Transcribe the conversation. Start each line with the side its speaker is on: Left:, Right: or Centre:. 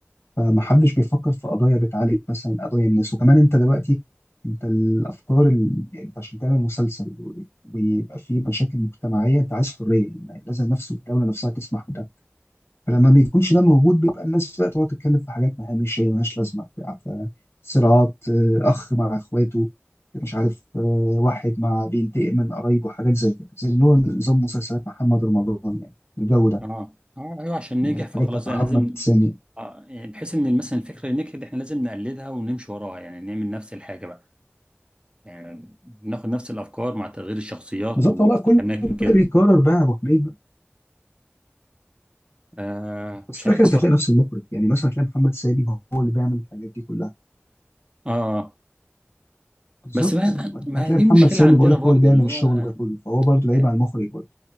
Left: فمحدش بيفكر في قضايا بتعالج مثلا قضايا الناس وكمان انت دلوقتي انت الافكار ال... يعني انت عشان تعمل مسلسل و- ويبقى فيه مشاكل مجتمعيه انت عايز حريه يعني لازم نفسه الدوله نفسها تسمح بده فلما ما بيكونش ده موجود بيبقى الناس بقى تقعد تتكلم في حاجات ما مش هي ملهاش لازمه بتاع فصراعات آه، اخ مع اخواته مش عارف آه، واحد مع بينتقم من قرايبه حاجات زي كده زي اللي هو نظام مسلسلات محمد رمضان يعني الجو ده
Right: اه اه ايوه عشان ننجح
Left: الحاجات
Right: فخلاص
Left: بتاعت محمد
Right: انا لازم
Left: سامي
Right: آه يعني بحيث ان مثلا الفكرة اللي نجحت احنا لازم نقلدها ونمشي وراها يعني نعمل نفس الحاجة بقى يعني ناخد نفس الافكار مع تغيير الشخصيات
Left: بالظبط
Right: والاماكن
Left: هو بقى كله
Right: كده
Left: بقى بيكرر بقى يا ابو حميد بقى
Right: آه
Left: بس
Right: مش
Left: في
Right: عارف
Left: الاخر
Right: الصراحة
Left: انت هتلاقي نفس المخرج يعني مثلا هتلاقي محمد سامي هو اللي بيعمل الحاجات دي كلها
Right: اه
Left: بالظبط
Right: بس ما
Left: انت
Right: ما
Left: هتلاقي
Right: هي دي
Left: محمد
Right: مشكلة
Left: سامي
Right: عندنا
Left: بقول لك
Right: برضو
Left: هو اللي بيعمل
Right: اللي
Left: الشغل
Right: هو
Left: ده كله فهو برضه لعيب
Right: اه
Left: على المخرج برضه